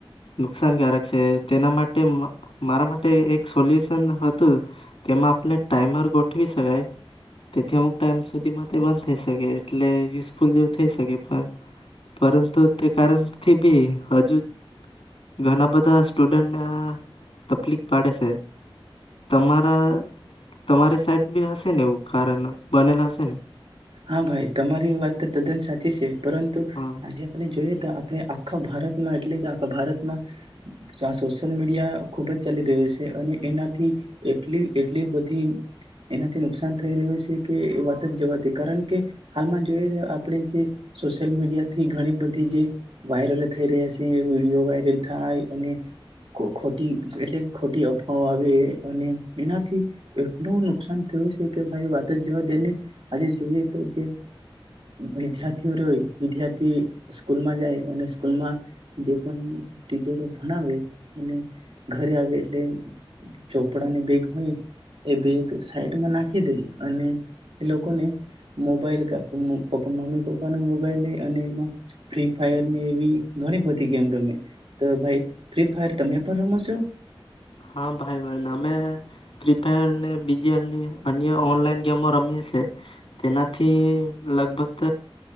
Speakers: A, on the left; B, on the right.
A: નુકસાનકારક છે તેના માટે માર મારા માટે એક સોલ્યુશન હતું તેમાં આપણે ટાઈમર ગોઠવી શકાય તેથી અમુક ટાઈમ સુધીમાં તે બંધ થઈ શકે એટલે યુસફુલ જેવું થઈ શકે. પન પરંતુ તે કારણથી બી હજુ ઘના બધા સ્ટુડન્ટને આ તપલીક પાડે છે. તમારા તમારી સાઈટ બી હશે ને એવું કારણ બનેલ હશે ને?
B: હા ભાઈ તમારી વાત તો તદ્દન સાચી છે પરંતુ
A: હા.
B: આજે આપણે જોઈએ આપણે આખા ભારતમાં એટલે કે આખા ભારતમાં સોશિયલ મીડિયા ખુબ જ ચાલી રહ્યો છે અને એનાથી એટલી એટલી બધી એનાથી નુકસાન થઈ રહ્યું છે કે એ વાત જ જવા દે કારણ કે હાલમાં જોઈ તો આપણે જે સોશિયલ મીડિયાથી ઘણી બધી જે વાયરલ થઈ રહ્યા છે વિડીયો વાયરલ થાય અને ખોટી એટલે ખોટી અફવાઓ આવે અને એનાથી એટલું નુકસાન થયું છે કે ભાઈ વાત જ જવા દેની આજે જોઈ તો જે વિદ્યાર્થીઓ રહે વિદ્યાર્થી સ્કૂલમાં જાય અને સ્કૂલમાં જે પણ ટીચરો ભણાવે અને ઘરે આવે એટલે ચોપડાની બેગ હોય એ બેગ સાઈડમાં નાખી દે અને લો મોબાઈલ મમ્મી પપ્પાને મોબાઈલ લઈ અને એમાં ફ્રી ફાયર ને એવી ઘણી બધી ગેમ રમે તો ભાઈ ફ્રી ફાયર તમે પણ રમો છો
A: હા ભાઈ બન અમે ફ્રી ફાયર બીજી અ અન્ય ઓનલાઈન ગેમો રમીએ છે તેનાથી લગભગ